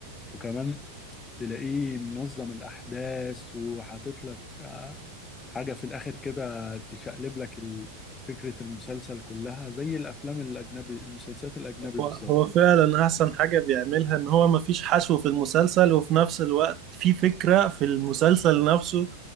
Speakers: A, on the left; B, on the right.
A: وكمان تلاقيه منظم الأحداث وحاطط لك آه، حاجة في الآخر كده تشقلب لك ال- فكرة المسلسل كلها زي الأفلام الأجنبي المسلسلات الأجنبي
B: هو
A: بالظبط
B: هو فعلا احسن حاجة بيعملها ان هو مفيش حشو في المسلسل وفي نفس الوقت في فكرة في المسلسل نفسه